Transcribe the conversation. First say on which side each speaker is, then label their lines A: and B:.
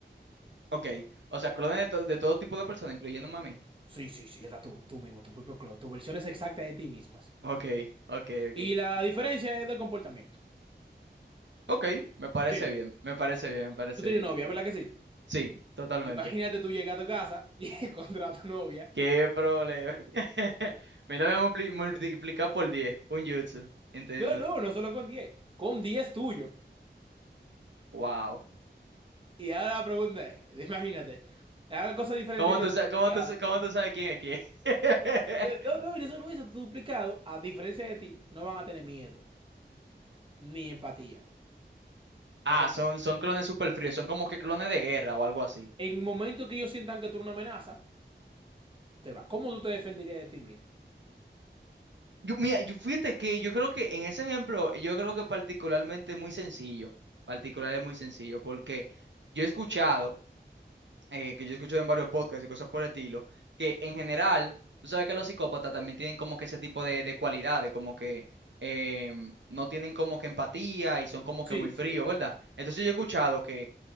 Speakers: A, on the right; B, on the right.
A: Ok, o sea, clones de, to- de todo tipo de personas, incluyéndome a mí.
B: Sí, sí, sí, ya está tú, tú mismo, tu propio clon, tus versiones exactas de ti mismas.
A: Ok, ok, ok.
B: Y la diferencia es del comportamiento.
A: Ok, me parece
B: ¿Entiendes?
A: bien, me parece bien, me parece
B: Tú tienes
A: bien.
B: novia, ¿verdad que sí?
A: Sí, totalmente.
B: Imagínate tú llegas a tu casa y <laughs> encontrar a tu novia.
A: ¿Qué problema? <laughs> Mi novia multi- multiplica por 10, un jutsu, entiendo.
B: No, no, no solo con diez con 10 tuyo.
A: Wow.
B: Y ahora la pregunta es, <laughs> imagínate, haga cosas diferentes
A: ¿Cómo
B: que
A: tú,
B: tu
A: sa-
B: duplicado.
A: cómo tú sa- cómo tú sabes quién es quién? <laughs>
B: Eh, No, no, y no solo eso, tu duplicado, a diferencia de ti, no van a tener miedo ni empatía. Por
A: Ah,
B: lo
A: son,
B: que
A: son clones super fríos, son como que clones de guerra o algo así.
B: en el momento que ellos sientan que tú eres una amenaza, te va. ¿Cómo tú te defenderías de ti mismo?
A: Yo, mira, yo, fíjate que yo creo que en ese ejemplo, yo creo que particularmente muy sencillo, particular es muy sencillo, porque yo he escuchado, eh, que yo he escuchado en varios podcasts y cosas por el estilo, que en general, tú sabes que los psicópatas también tienen como que ese tipo de, de cualidades, como que em, no tienen como que empatía y son como
B: Sí,
A: que muy fríos,
B: sí,
A: ¿verdad? Entonces yo
B: sí,
A: he escuchado que